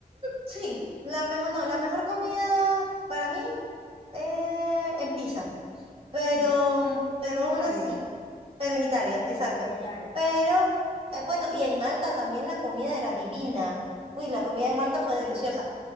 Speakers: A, on the right; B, on the left.
A: Sí, la mejor, no, la mejor comida para mí eh, en pizza, pero,
B: Ya.
A: mm, pero
B: Pero en
A: aún
B: Italia.
A: así, pero en Italia, exacto.
B: Sí, claro.
A: Pero, eh, bueno, y en Malta también la comida era divina. Uy, la comida en Malta fue deliciosa.